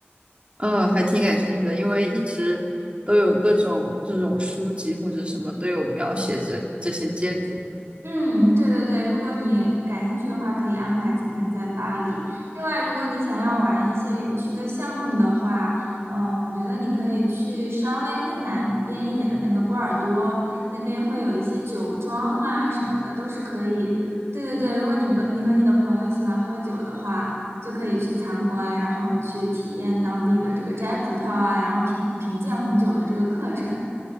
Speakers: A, on the right (about 30°); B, on the right (about 85°).
A: 嗯，还挺感兴趣的，因为一直都有各种这种书籍或者什么都有描写这这些建筑，
B: 嗯，对对对，如果你感兴趣的话，可以安排几天在巴黎。另外，如果你想要玩一些有趣的项目的话，嗯、我觉得你可以去稍微偏南边一点的那个波尔多，那边会有一些酒庄啊什么的，都是可以。对对对，如果你们你和你的朋友喜欢喝酒的话，就可以去参观，然后去体验当地的这个摘葡萄啊，然后品品鉴红酒的这个课程。